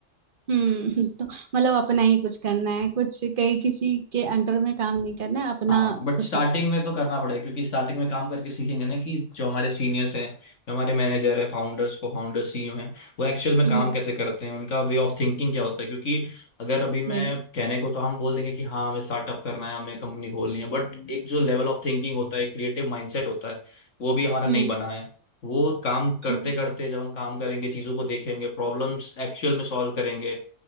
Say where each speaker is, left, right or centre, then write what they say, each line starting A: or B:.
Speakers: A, on the right; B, on the left.
A: हम्म तो मतलब अपना ही कुछ करना है कुछ कहीं किसी के अंडर में काम नहीं करना है अपना
B: हाँ बट
A: कुछ
B: स्टार्टिंग
A: ना
B: में तो करना पड़ेगा क्योंकि स्टार्टिंग में काम करके सीखेंगे ना कि जो हमारे सीनियर्स हैं जो हमारे मैनेजर हैं फाउंडर्स को फाउंडर सीईओ हैं वो एक्चुअल में
A: हम्म
B: काम कैसे करते हैं उनका वे ऑफ थिंकिंग क्या होता है क्योंकि अगर अभी मैं
A: वही,
B: कहने को तो हम बोल देंगे कि हाँ हमें स्टार्टअप करना है हमें कंपनी खोलनी है बट एक जो लेवल ऑफ थिंकिंग होता है क्रिएटिव माइंडसेट होता है वो भी हमारा
A: हम्म
B: नहीं बना है वो काम करते
A: हम्म,
B: करते जब हम काम करेंगे चीज़ों को देखेंगे प्रॉब्लम्स एक्चुअल में सॉल्व करेंगे